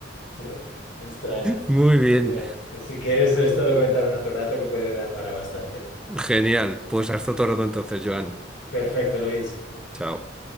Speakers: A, on the left; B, in the centre.
A: Sí, me extraña.
B: <laughs> Muy bien,
A: Eh, si quieres, esto lo comentamos en otro rato que puede dar para bastante.
B: genial. Pues hasta otro rato entonces, Joan.
A: Perfecto, Luis.
B: Chao.